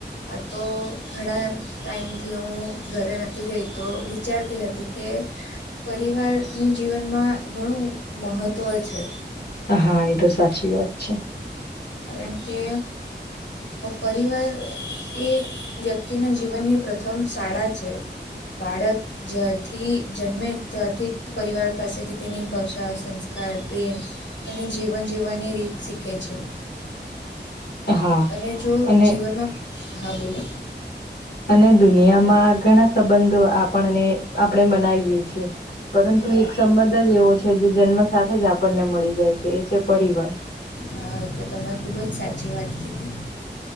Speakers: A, on the left (about 75°); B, on the left (about 60°).
A: આ તો ઘણા ટાઈમથી હું ઘરે નથી ગઈ તો વિચારતી હતી કે પરિવારનું જીવનમાં ઘણું મહત્ત્વ છે.
B: હા એ તો સાચી વાત છે.
A: કારણ કે પરિવાર એ વ્યક્તિના જીવનની પ્રથમ શાળા છે બાળક જ્યારથી જન્મે ત્યારથી પરિવાર પાસેથી તેની ભાષા સંસ્કાર પ્રેમ અને જીવન જીવવાની રીત શીખે છે.
B: હા
A: અને જો
B: અને
A: જીવનમાં હા બોલો
B: અને દુનિયામાં ઘણા સંબંધો આપણને આપણે બનાવીએ છીએ પરંતુ
A: હા
B: એક સંબંધ જ એવો છે જે જન્મ સાથે જ આપણને મળી જાય છે એ છે પરિવાર.
A: હા એ તો તમે ખૂબ જ સાચી વાત કીધી